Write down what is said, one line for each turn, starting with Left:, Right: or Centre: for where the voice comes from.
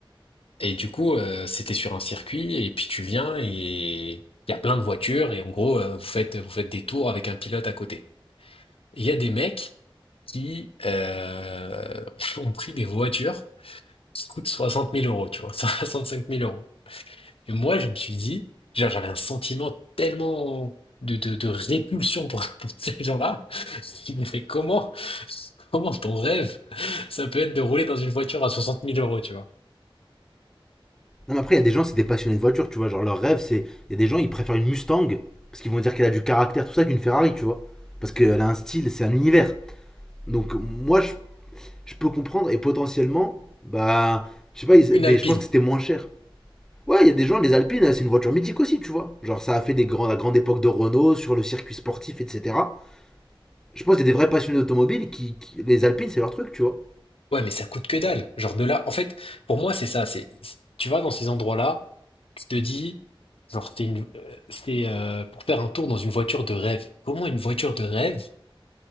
Left: Et du coup, euh, c'était sur un circuit et puis tu viens et il y a plein de voitures et en gros, euh, vous faites vous faites des tours avec un pilote à côté. Et Il y a des mecs qui euh, <laughs> ont pris des voitures qui coûtent soixante mille euros, tu vois, <laughs> soixante-cinq mille euros. Et moi, je me suis dit, genre, j'avais un sentiment tellement de, de, de répulsion pour, <laughs> pour ces gens-là. Je me fait comment, <laughs> comment ton rêve, ça peut être de rouler dans une voiture à 60 000 euros, tu vois.
Centre: Non, mais après, il y a des gens, c'est des passionnés de voiture, tu vois. Genre, leur rêve, c'est. Il y a des gens, ils préfèrent une Mustang parce qu'ils vont dire qu'elle a du caractère, tout ça, qu'une Ferrari, tu vois. Parce qu'elle a un style, c'est un univers. Donc, moi, je, je peux comprendre et potentiellement, bah. Je sais pas, ils-
Left: Une
Centre: mais
Left: Alpine.
Centre: je pense que c'était moins cher. Ouais, il y a des gens, les Alpines, c'est une voiture mythique aussi, tu vois. Genre, ça a fait des grands, la grande époque de Renault sur le circuit sportif, etc. Je pense qu'il y a des vrais passionnés d'automobile qui, qui- Les Alpines, c'est leur truc, tu vois.
Left: Ouais, mais ça coûte que dalle. Genre de là, en fait, pour moi, c'est ça. C'est, tu vas dans ces endroits-là, tu te dis, genre, c'est une, euh, c'est euh, pour faire un tour dans une voiture de rêve. Comment une voiture de rêve,